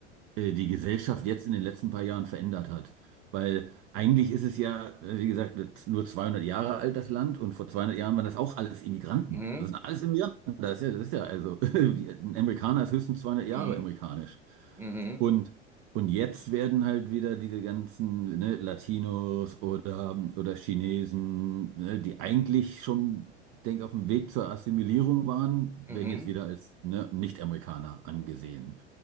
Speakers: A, on the right (about 35°); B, in the centre.
A: äh, die Gesellschaft jetzt in den letzten paar Jahren verändert hat. Weil eigentlich ist es ja, äh, wie gesagt, nur 200 Jahre alt, das Land, und vor 200 Jahren waren das auch alles Immigranten.
B: Mhm.
A: Das sind alles Immigranten. Das ist ja, das ist ja also, <laughs> wie- ein Amerikaner ist höchstens 200 Jahre
B: Mhm.
A: amerikanisch.
B: Mhm.
A: Und, und jetzt werden halt wieder diese ganzen, ne, Latinos oder, oder Chinesen, ne, die eigentlich schon, denk, auf dem Weg zur Assimilierung waren,
B: Mhm.
A: werden jetzt wieder als, ne, Nicht-Amerikaner angesehen.